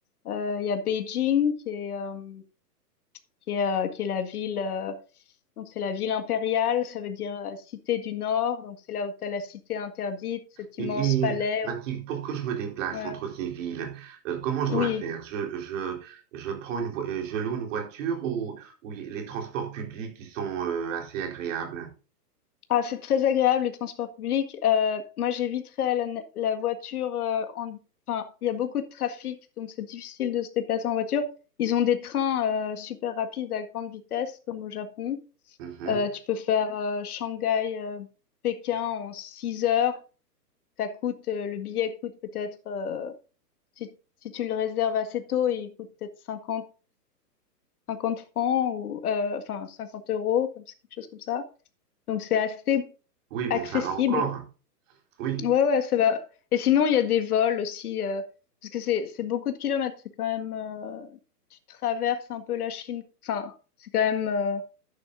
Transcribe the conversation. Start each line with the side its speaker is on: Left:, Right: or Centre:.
Left: Euh, il y a Beijing qui est, euh, qui est, euh, qui est la ville. euh, donc, c'est la ville impériale, ça veut dire euh, cité du Nord. Donc, c'est là où tu as la cité interdite, cet
Right: Et,
Left: immense palais.
Right: et, euh, Mathilde, pour que je me déplace
Left: Ouais.
Right: entre ces villes, euh, comment je
Left: Oui.
Right: dois faire? Je, je, je prends une vo- euh, je loue une voiture ou, ou y- les transports publics qui sont euh, assez agréables?
Left: Ah, c'est très agréable les transports publics. Euh, moi, j'éviterais la, na- la voiture. euh, en... Enfin, il y a beaucoup de trafic, donc c'est difficile de se déplacer en voiture. Ils ont des trains euh, super rapides à grande vitesse, comme au Japon.
Right: Mhm.
Left: Euh, tu peux faire euh, Shanghai, euh, Pékin en 6 heures. Ça coûte, euh, le billet coûte peut-être, euh, si, si tu le réserves assez tôt, il coûte peut-être cinquante 50 francs ou euh, enfin 50 euros, comme, quelque chose comme ça. Donc c'est assez
Right: Oui, bon,
Left: accessible
Right: ça va encore. Oui,
Left: Ouais, ouais, ça va. Et sinon, il y a des vols aussi, euh, parce que c'est c'est beaucoup de kilomètres. C'est quand même, euh, tu traverses un peu la Chine. Enfin, c'est quand même, euh,